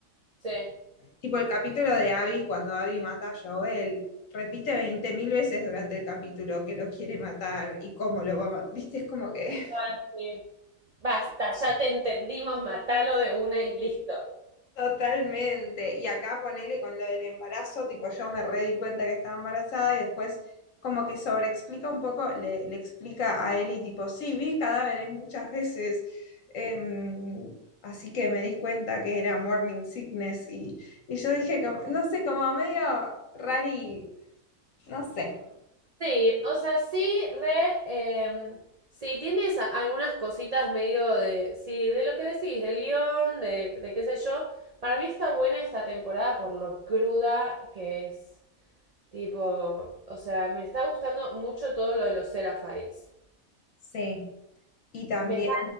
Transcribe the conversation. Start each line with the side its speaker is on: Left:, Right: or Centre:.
Right: Sí.
Left: tipo el capítulo de Abby cuando Abby mata a Joel, repite 20.000 veces durante el capítulo que lo quiere matar y cómo lo va a matar, viste, es como que
Right: Ah, sí. Basta, ya te entendimos, matalo de una y listo.
Left: Totalmente. Y acá ponele con lo del embarazo, tipo yo me re di cuenta que estaba embarazada y después como que sobreexplica un poco, le, le explica a Eli tipo, sí, vi cadáveres muchas veces, em, así que me di cuenta que era morning sickness y, y yo dije, como- no sé, como medio rari, no sé.
Right: Sí, o sea, sí, re. em, sí, tienes a- algunas cositas medio de. Sí, de lo que decís, del guión, de, de qué sé yo. Para mí está buena esta temporada por lo cruda que es. Tipo, o sea, me está gustando mucho todo lo de los Seraphites.
Left: Sí. Y también,
Right: Me está